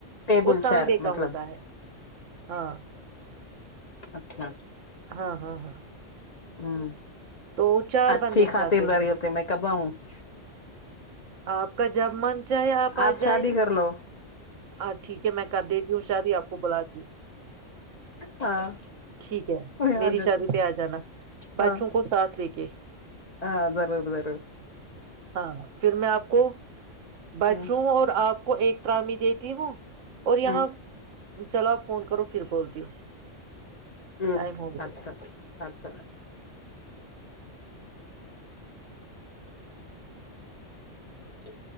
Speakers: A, on the left (about 40°); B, on the right (about 80°).
A: ٹیبل
B: وہ تانبے
A: چیر
B: کا
A: مطلب
B: ہوتا ہے ہاں
A: اچھاچ
B: ہاں ہاں ہاں
A: ہاں
B: تو چار
A: اچھی
B: بندے
A: خاطرداری
B: کھاتے ہیں
A: ہوتی میں کب آؤں <unintelligible>
B: آپ کا جب من چاہے آ
A: آپ
B: جائیے
A: شادی کر لو
B: ہاں ٹھیک ہے میں کر دیتی ہوں شاید ہی آپ کو بلاتی ہوں
A: ہاں
B: ٹھیک ہے
A: میں آ
B: میری
A: جاتا
B: شادی پہ آ جانا بچوں
A: ہاں
B: کو ساتھ لے کے
A: ہاں ضرور ضرور
B: ہاں پھر میں آپ کو بچوں
A: ہ
B: اور آپ کو ایکترامی د ت ہوں اور یہاں
A: ہ
B: چلو آپ فون کرو پھر بولتی ہو
A: ہوں
B: ٹائم گیا
A: اچھاچ اچھا جی